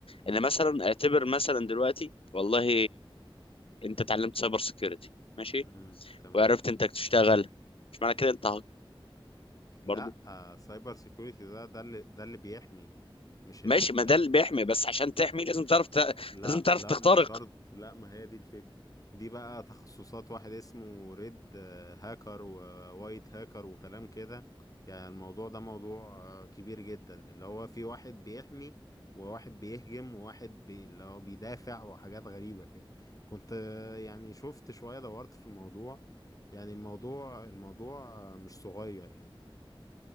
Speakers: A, on the left; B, on the left.
A: ان مثلا اعتبر مثلا دلوقتي والله انت اتعلمت سايبر سكيورتي ماشي
B: امم تمام
A: وعرفت انك تشتغل مش معنى كده انت
B: لا
A: برضو
B: سايبر سيكيورتي ده ده اللي ده اللي بيحمي مش ال...
A: ماشي ما ده اللي بيحمي بس عشان تحمي لازم تعرف ت...
B: لا
A: لازم تعرف
B: لا
A: تخترق
B: مش شرط لا ما هي دي الفكرة دي بقى تخصصات واحد اسمه ريد هاكر ووايت هاكر وكلام كده يعني الموضوع ده موضوع آه، كبير جدا اللي هو في واحد بيحمي وواحد بيهجم وواحد بي... اللي هو بيدافع وحاجات غريبة كده كنت آه، يعني شفت شوية دورت في الموضوع يعني الموضوع الموضوع آه، مش صغير يعني